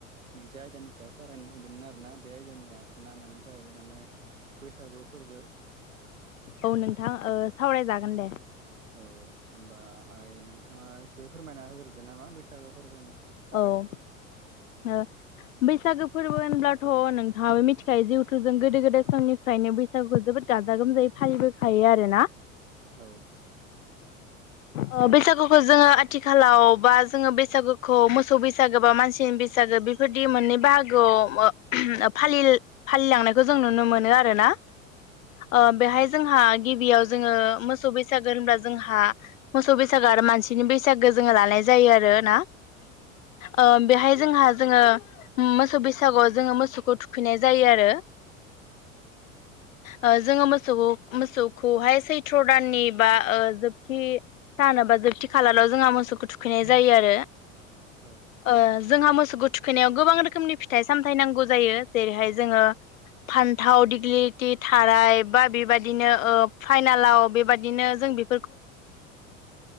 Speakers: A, on the right; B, on the left.
A: मोनसे आयदानि सायाव सावरायनो नागिरदोंमोन आरो ना बे आयदानिया नामानो जाहैबाय माने बैसागु फोरबो
B: औ नोंथां ओ सावरायजागोन दे
A: औ होमबाहाय नोंथांङा एसे फोरमायना होग्रोदो नामा बैसागो फोरबोनि बागै
B: औ <unintelligible> बैसागो फोरबो होनब्लाथ' नोंथांङाबो मिथिखायो जिहुथुजों गोदो गोदाय समनि निरफ्रायनो बैसागुखौ जोबोद गाजा गोमजायै फालिबोखायो आरो ना
A: औ
B: ओ बैसागुखौ जोंङो आथिखालाव बा जोंङो बैसागु खौ मोसौ बैसागो बा मानसिनि बैसागो बेफोरदि मोननै बाहागोआव फालिल फालिलांनायखौ जों नुनो मोनो आरो ना ओ बेहाय जोंहा गिबियाव जोंङो मोसौ बैसागो होनब्ला जोंहा मोसौ बैसागो आरो मानसिनि बैसागोखौ जोंङो लानाय जायो आरो ना? ओ बेहाय जोंहा जोंङो मोसौ बैसागुआव जोंङो मोसौखौ थुखैनाय जायो आरो
A: <inaudible>
B: ओ जोंङो मोसौखौ मोसौखौहाय सैथ्र' दाननि बा ओ जोबथि सानोबा जोबथि खालाराव जोंहा मोसौखौ थुखैनाय जायो आरो
A: औ
B: ओ जोंहा मोसौखौ थुखैनायाव गोबां रोखोमनि फिथाइ सामथाय नांगौ जायो जेरैहाय जोंङो फान्थाव दिग्लिति थाराय बा बेबायदिनो ओ फाइनालाव बेबायदिनो जों बि